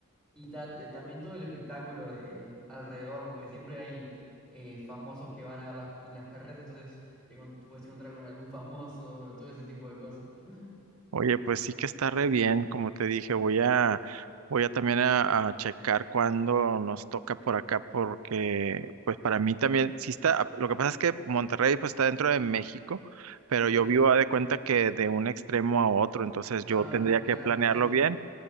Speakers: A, in the centre; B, on the right.
A: Y ta- eh, también todo el espectáculo de alrededor, porque siempre hay eh, famosos que van a ver las, las carreras, entonces te con- puedes encontrar con algún famoso, <laughs> todo ese tipo de cosas. <laughs>
B: Oye, pues sí que está re bien, como te dije, voy a, voy a también a, a checar cuándo nos toca por acá, porque pues para mí también, sí está, lo que pasa es que Monterrey pues está dentro de México, pero
A: Claro.
B: yo vivo a de cuenta que de un extremo a otro, entonces
A: Ah,
B: yo tendría
A: claro,
B: que planearlo
A: sí,
B: bien.